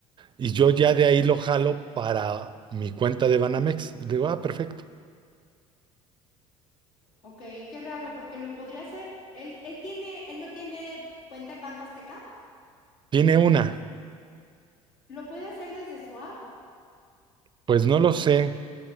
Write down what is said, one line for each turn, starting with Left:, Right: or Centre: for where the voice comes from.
Right: Y yo ya de ahí lo jalo para mi cuenta de Banamex. Y le digo, ah, perfecto.
Left: Ok, qué raro, porque lo podría hacer. Él, él tiene, él no tiene cuenta en Banco Azteca.
Right: Tiene una.
Left: Lo puede hacer desde su app,
Right: Pues no lo sé.